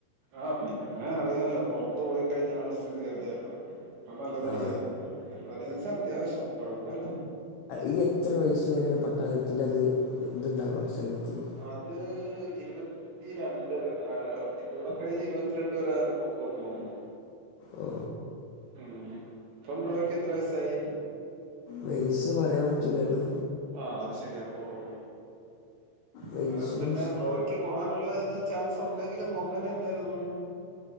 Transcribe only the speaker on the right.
ആഹ പിന്നെ അറിയാല്ലോ പൊറത്തു പോയിക്കഴിഞ്ഞാള്ള സ്ഥിതി അറിയാലോ ഇപ്പൊ നല്ലതടിയായി
നല്ല തടിന്നെച്ച അത്യാവശ്യം കുഴപ്പൊല്ല
അത് ഇരുപത്തി ത്തിരണ്ട് ആലോ ഇതൂടെ കഴിഞ്ഞ് ഇരുപത്തിരണ്ട് വരെ ഒക്കുവെന്നു തോന്നുന്നു
ഉം ഇപ്പം ബ്രോയിക്ക് എത്ര വയസ്സായി
ആഹ അത് ശെരിയാ ഓഹ്
അന്നേരം തന്നെ ബ്രോയ് ക്ക് പോകാനുള്ള ഇത് ചാൻസ് ഒണ്ടെങ്കില് നോക്കാനെന്തായിരുന്നു